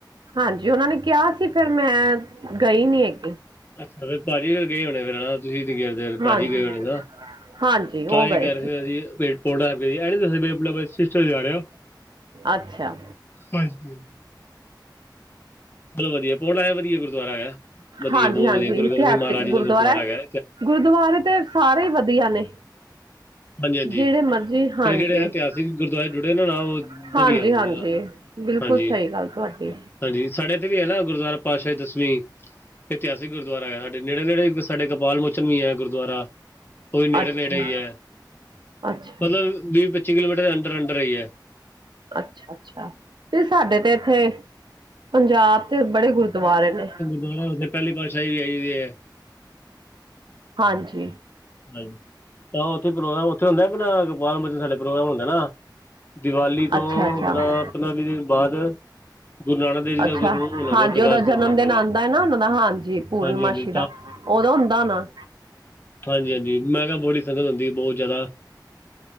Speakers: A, on the right; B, on the left.
A: ਹਾਂਜੀ ਔਨਾਂ ਨੇ ਕਿਆ ਸੀ ਫੇਰ ਮੈਂ ਗਈ ਨੀ ਐਗੀ।
B: ਅੱਛਾ, ਤੇ ਭਾਜੀ ਫੇਰ ਗਏ ਹੋਨੇ ਫੇਰ ਤੁਸੀਂ <unintelligible> ਭਾਜੀ
A: ਹਾਂਜੀ
B: ਗਏ ਹੋਨੇ ਨਾ।
A: ਹਾਂਜੀ
B: ਤਾਂ
A: ਉਹ
B: ਏ
A: ਗਏ
B: ਕੈ ਰੇ ਸੀ ਅਸੀ ਪੇਟ ਫੋੜਾ ਪੇਟ ਐ ਨੀ ਦੱਸਿਆ ਆਪਨਾ ਸਿਸਟਰ ਜਾ ਰਿਆ।
A: ਅੱਛਾ।
B: ਹਾਂਜੀ। ਚਲੋ ਵਧੀਆ ਕੋਲ ਆਇਆ ਵਧੀਆ ਗੁਰਦੁਆਰਾ ਐਗਾ ਵਧੀਆ
A: ਹਾਂਜੀ
B: ਬੋਤ
A: ਹਾਂਜੀ
B: ਵਧੀਆ ਗੁਰ
A: ਇਤਿਹਾਸਿਕ
B: ਗੋਬਿੰਦ ਸਿੰਘ ਮਹਾਰਾਜ ਜੀ
A: ਗੁਰਦੁਆਰਾ
B: ਦਾ ਗੁਰ ਦੁਆਰਾ
A: ਹੈ।
B: ਐਗਾ।
A: ਗੁਰਦੁਆਰੇ ਤੇ ਸਾਰੇ ਈ ਵਧੀਆ ਨੇ।
B: ਹਾਂਜੀ ਹਾਂਜੀ
A: ਜੇੜੇ ਮਰਜੀ ਹਾਂਜੀ-ਹਾਂਜੀ-ਹਾਂਜੀ।
B: ਤੇ ਜਿਹੜੇ ਇਤਿਹਾਸਿਕ ਗੁਰਦੁਆਰੇ ਜੁੜੇ ਨੇ ਨਾ ਉਹ ਵਧੀਆ ਮਤਲਬ
A: ਬਿਲਕੁੱਲ
B: ਹਾਂਜੀ
A: ਸਾਈ ਗੱਲ ਤੁਹਾਡੀ।
B: ਹਾਂਜੀ ਸਾਡੇ ਏਥੇ ਵੀ ਐ ਨਾ ਗੁਰਦੁਆਰਾ ਪਾਤਸ਼ਾਹਈ ਦਸਵੀਂ ਏਤਿਹਾਸਿਕ ਗੁਰ ਦੁਆਰਾ ਹੈ ਸਾਡੇ ਨੇੜੇ-ਨੇੜੇ ਸਾਡੇ ਕਪਾਲ ਮੋਚਨ ਵੀ ਐ ਗੁਰਦੁਆਰਾ ਔ ਵੀ ਨੇੜੇ-ਨੇੜੇ
A: ਅੱਛਾ
B: ਈ ਐ।
A: ਅੱਛਾ
B: ਮਤਲਬ ਵੀਹ ਪੱਚੀ ਕਿਲੋਮੀਟਰ ਦੇ ਅੰਡਰ-ਅੰਡਰ ਈ ਐ।
A: ਅੱਛਾ-ਅੱਛਾ ਤੇ ਸਾਡੇ ਤੇ ਏਥੇ ਪੰਜਾਬ ਤੇ ਬੜੇ ਗੁਰਦੁਆਰੇ ਨੇ।
B: ਔਹ ਨਾ ਔਥੇ ਪਹਿਲੀ ਪਾਤਸ਼ਾਹੀ ਵੀ ਆਈ ਹੋਈ ਐ।
A: ਹਾਂਜੀ।
B: ਹਾਂਜ ਤਾ ਔਥੇ ਪ੍ਰੋਗਰਾਮ ਔਥੇ ਹੁੰਦਾ ਅਪਨਾ ਗੋਪਾਲ ਮੋਚਨ ਸਾਡੇ ਪ੍ਰੋਗਰਾਮ ਹੁੰਦਾ ਨਾ, ਦੀਵਾਲੀ ਤੋਂ
A: ਅੱਛਾ ਅੱਛਾ
B: ਅਪਨਾ ਪੰਦਰਾਂ-ਵੀ ਦਿਨ ਬਾਅਦ ਗੁਰੂ ਨਾਨਕ ਦੇਵ ਜੀ ਦਾ
A: ਅੱਛਾ
B: ਗੁਰੂ ਉਹਨਾਂ
A: ਹਾਂਜੀ
B: ਦੇ ਪ੍ਰਕਾਸ਼
A: ਔਦਾ
B: ਪੁਰਬ
A: ਜਨਮ
B: ਮਨਾਉਂਦੇ
A: ਦਿਨ
B: ਨੇ
A: ਆਂਦਾ ਐ ਨਾ ਹਾਂਜੀ ਪੂਰਨਮਾਸੀ
B: ਹਾਂਜੀ-ਹਾਂਜੀ
A: ਦਾ ਔਦੌ ਹੋਂਦਾ ਹੋਨਾ?
B: ਹਾਂਜੀ, ਹਾਂਜੀ ਮੈਂ ਕਿਆ ਬੜੀ ਸੰਗਤ ਹੁੰਦੀ ਏ ਬੋਹਤ ਜਾਦਾ